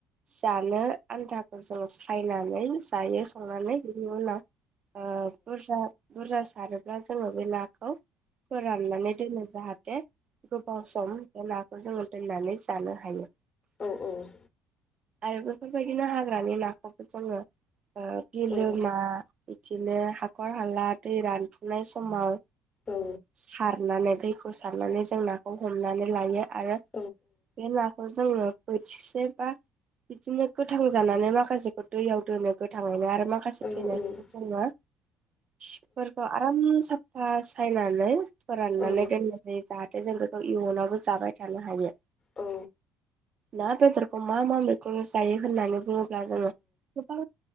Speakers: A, on the right; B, on the left.
A: जानो आन्थाखौ जों सायनानै जायो सनानै हयो न आ बुरजा बुरजा सारोब्ला जोङो बे नाखौ फोराननानै दोनो जाहाथे गोबाव सम खौ जोङो दोननानै जानो हायो।
B: औ औ
A: आरो बेफोरबायदिनो हाग्रानि नाखौबो जोङो बिलोमा
B: औ
A: बिदिनो हाखर हाला दै रानफुनाय समाव
B: औ
A: सारनानै दैखौ सार हारनानै जों नाखौ हमनानै लायो। आरो
B: औ
A: बे नाखौ जोङो बोथिसे बा बिदिनो गोथां जानानै माखासेखौ दैयाव दोनो गोथाङैनो आरो माखासे
B: औ
A: थैनाय जेनङा सिफोरखौ आराम साफा सायनानै फोराननानै
B: औ
A: दोननो। ज जाहाथे जों बेखौ इयुनावबो जाबाय थानो हायो।
B: औ
A: ना बेदरखौ मा मा मैगं जायो होननानै बुङो ब्ला जों गोबां